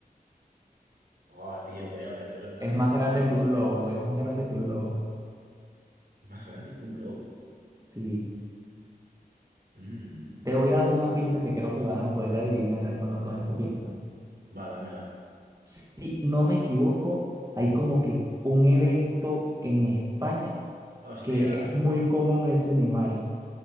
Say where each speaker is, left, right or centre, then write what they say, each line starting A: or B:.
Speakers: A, on the right; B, on the right.
A: Oh, tío, voy a perder otra
B: Es
A: vez.
B: más grande
A: Bueno,
B: que un lobo, es más grande que un lobo.
A: Más grande que un lobo.
B: Sí.
A: Mm.
B: Te voy a dar una pista que creo que lo vas a poder adivinar, hermano, con esta pista.
A: Va, dámela.
B: Si no me equivoco, hay como que un evento en España
A: Hostia,
B: que es muy común ese animal.